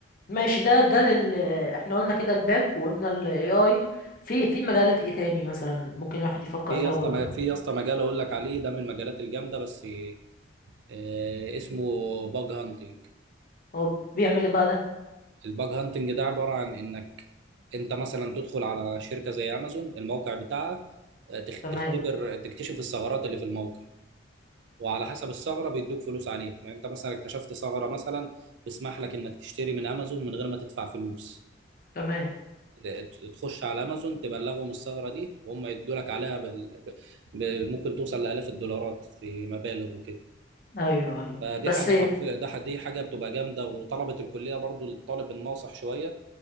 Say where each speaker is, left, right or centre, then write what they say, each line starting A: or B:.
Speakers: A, on the left; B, on the right.
A: ماشي ده ده لل احنا قلنا كده الباك وقلنا ال AI في في مجالات ايه تاني مثلا ممكن الواحد يفكر
B: في
A: فيها
B: يا اسطى
A: برضه
B: في يا اسطى مجال اقول لك عليه ده من المجالات الجامده بس آه، اسمه باج هانتنج
A: هو بيعمل ايه بقى ده
B: الباج هانتنج ده عباره عن انك انت مثلا تدخل على شركه زي امازون الموقع بتاعها آه، تخ-
A: تمام
B: تختبر تكتشف الثغرات اللي في الموقع وعلى حسب الثغره بيدوك فلوس عليها يعني انت مثلا اكتشفت ثغره مثلا تسمح لك انك تشتري من امازون من غير ما تدفع فلوس
A: تمام
B: ت- تخش على امازون تبلغهم الثغره دي وهم يدوا لك عليها بال... ب... ب... ممكن توصل لالاف الدولارات في مبالغ وكده
A: ايوه ايوه
B: فدي
A: بس
B: حاجه
A: ايه
B: حرفيا ده ح- دي حاجه بتبقى جامده وطلبه الكليه برضو الطالب الناصح شويه